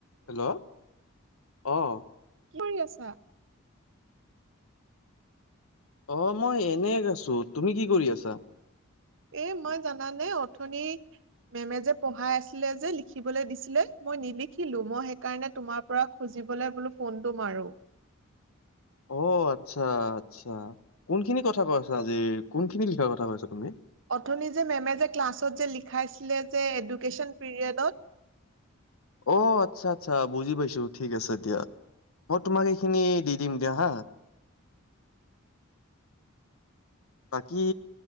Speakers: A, on the left; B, on the right.
A: Hello অ'
B: কি কৰি আছা?
A: অ' মই এনে আছো তুমি কি কৰি আছা?
B: এ মই জানানে অথনি মেমে যে পঢ়াই আছিলে যে লিখিবলে দিছিলে মই নিলিখিলো মই সেইকাৰণে তোমাৰ পৰা খুজি <unintelligible> বোলো ফোনটো মাৰো
A: অ' আচ্ছা আচ্ছা কোনখিনি কথা কৈছা আজিৰ কোনখিনি লিখাৰ কথা কৈছা তুমি?
B: অথনি যে মেমে যে ক্লাছত যে লিখাইছিলে যে এডুকেশ্যন পিৰিয়ডত <inaudible>
A: অ' আচ্ছা আচ্ছা বুজি পাইছো ঠিক আছে দিয়া। মই, তোমাক এইখিনি দি দিম দিয়া হা। বাকী